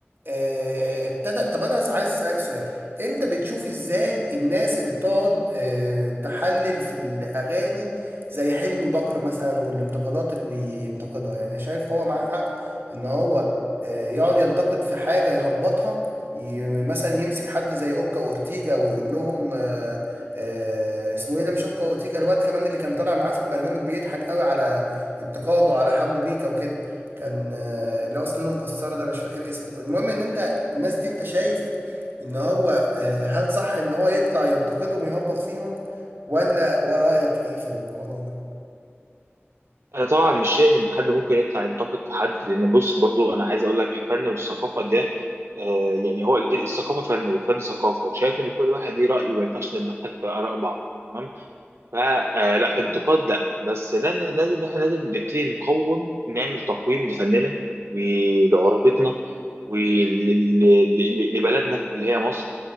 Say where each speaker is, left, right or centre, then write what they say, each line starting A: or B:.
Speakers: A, on the right; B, on the right.
A: آه، ابتدى طب انا عايز اسالك سؤال انت بتشوف ازاي الناس اللي بتقعد آه، تحلل في الاغاني زي حلمي بكر مثلا والانتقادات اللي بينتقدها يعني أنا شايف هو معاه حق ان هو آه، يقعد ينتقد في حاجه يهبطها ي- مثلا يمسك حد زي اوكا واورتيجا ويقول لهم آه، آه، اسمه ايه ده مش اوكا واورتيجا الواد كمان اللي كان طالع معاه في البرنامج بيضحك قوي على انتقاده على حمو بيكا وكده كان آه، اللي هو اسنانه مكسره ده مش فاكر اسمه المهم ان انت الناس دي انت شايف ان هو آه، هل صح ان هو يطلع ينتقدهم ويهبط فيهم ولا ورايك ايه في الموضوع ده
B: انا طبعا مش شايف ان حد ممكن يطلع ينتقد في حد لان بص برضو انا عايز اقول لك الفن والثقافه ده آه يعني هو ال- الثقافه فن والفن ثقافه وشايف ان كل واحد ليه راي وما ينفعش نتدخل في اراء بعض تمام فلا انتقاد لا بس لازم لازم احنا لازم نبتدي نقوم نعمل تقويم لفننا ولعروبتنا ولبلدنا اللي هي مصر